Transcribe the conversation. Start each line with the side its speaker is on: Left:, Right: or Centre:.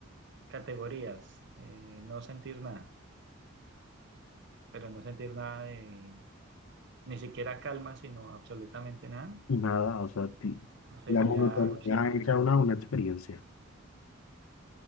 Right: categorías, eh, no sentir nada, pero no sentir nada de, ni siquiera calma, sino absolutamente nada,
Left: Y nada, o sea, ti-
Right: sería,
Left: la monotonía
Right: uy, sería,
Left: hecha una, una experiencia.